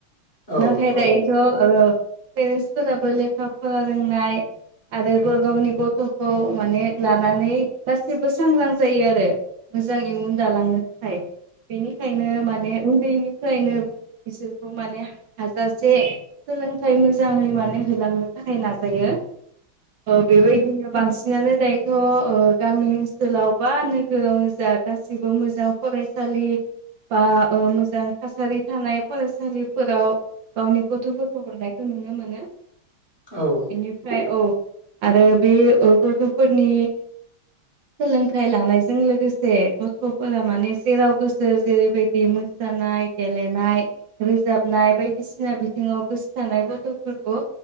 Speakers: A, on the left; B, on the right.
A: औ
B: नाथाय दायोथ पेरेन्टसफोराबो लेखा फरा रोंनाय आरो गावनि गथखौ माने लानानै गासैबो सांग्रां जायो आरो मोजां इयुन दालांनो थाखाय बेनिखायनो माने उन्दैनिफ्रायनो बिसोरखौ माने हाजासे सोलोंथाइ मोजाङै माने होलांनो थाखाय नाजायो
A: <inaudible>
B: बेबायदिनो बांसिन बिनानो दायोथ गामि ओनसोलाव बा नोगोरावनो जा गाससिबो मोजां फरायसा <unintelligible> बा मोजां थासारि थानाय फरायसालिफोराव गावनि गथफोरखौ हरनायखौ नुनो मोनो
A: औ
B: बेनिफ्राय औ आरो बे गथफोरनि सोलोंथाइ लानायजों लोगोसे गथफोरा माने जेराव गोसो जेरैबायदि मोसानाय गेलेनाय रोजाबनाय बायदिसिना बिथिं जाव गोसो थानायानाय गथ'फोरखौ